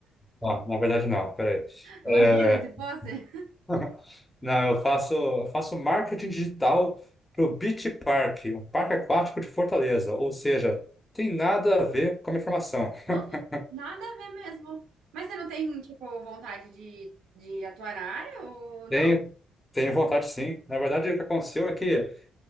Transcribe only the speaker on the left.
Ah, na verdade, não, peraí.
É,
<laughs> não, eu faço, eu faço marketing digital para o Beach Park, um parque aquático de Fortaleza. Ou seja, tem nada a ver com a minha formação. <laughs>
Tenho, tenho vontade, sim. Na verdade, o que aconteceu é que,